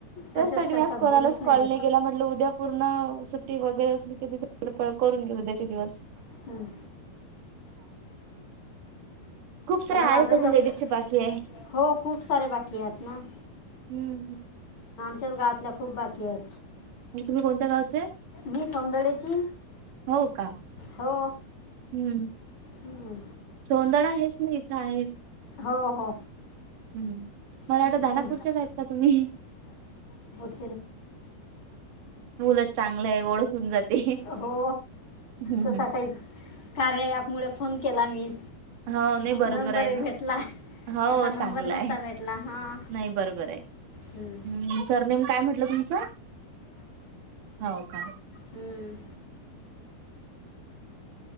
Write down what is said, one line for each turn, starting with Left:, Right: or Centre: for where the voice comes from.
Right: त्याचसाठी
Left: तसेच करतात
Right: मी आज कोणालाच
Left: बोलूच नाही
Right: कॉलने
Left: देत
Right: केला म्हंटलं उद्या पूर्ण सुट्टी वगैरे असली क ति. उद्याचे दिवस.
Left: हं.
Right: खूप सारे
Left: आता
Right: आहेत
Left: माझतच
Right: अजून लेडीजची बाकी आहे
Left: हो खूप सारे बाकी आहेत ना.
Right: हम्म.
Left: त्याच्या गावातल्या खूप बाकी आहेत.
Right: तुम्ही कोणत्या गावचे?
Left: मी सौंदर्याची
Right: हो का?
Left: हो
Right: हम्म.
Left: हं,
Right: सोंदळा हेच ना इथं आहेत.
Left: हो हो.
Right: हम्म मला
Left: हं,
Right: वाट दानापुरच्यात
Left: तुम
Right: आहेत का तुम्ही.
Left: <unintelligible> हा <unintelligible>
Right: उलट चांगलं आहे ओळखून जाते
Left: हो
Right: हो
Left: तसा काही. कार्या यामुळे फोन केला मी
Right: होय नाही बरोबर
Left: नंबरही
Right: आहे ना.
Left: भेटला
Right: हो
Left: तसा नंबर
Right: चांगलं
Left: नसता
Right: आहे
Left: भेटला हां
Right: नाही बरोबर आहे
Left: हं.
Right: हम्म सरनेेम काय म्हंटलं तुमचं? हो का?
Left: हम्म